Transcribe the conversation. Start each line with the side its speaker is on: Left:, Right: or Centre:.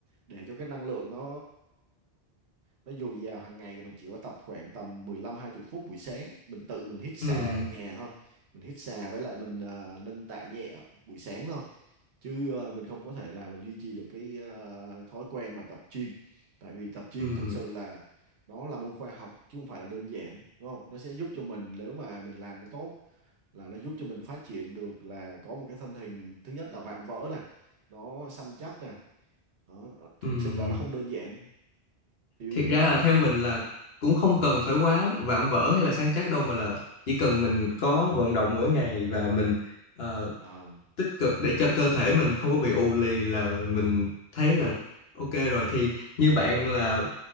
Right: để cho cái năng lượng nó nó dồi dào hàng ngày thì mình chỉ có tập khoảng tầm 15 20 phút buổi sáng mình tự mình hít xà
Left: ừm,
Right: ở nhà thôi mình hít xà với lại mình ờ, nâng tạ nhẹ buổi sáng thôi chứ ờ, mình không có thể nào mà duy trì được cái ờ, thói quen mà tập gym tại vì tập gym
Left: ừm,
Right: thực sự là nó là môn khoa học chứ không phải là đơn giản đúng không nó sẽ giúp cho mình nếu mà mình làm nó tốt là nó giúp cho mình phát triển được là có một cái thân hình thứ nhất là vạm vỡ này nó săn chắc nè đó, thực
Left: ừm.
Right: sự là nó không đơn giản thì
Left: Thiệt ra
Right: thì bạn
Left: là theo mình là cũng không cần phải quá vạm vỡ hay là săn chắc đâu mà là chỉ cần mình có vận động mỗi ngày và mình ờ,
Right: à,
Left: tích cực để cho cơ thể mình không có bị ù lì là mình thấy là ok rồi thì như bạn là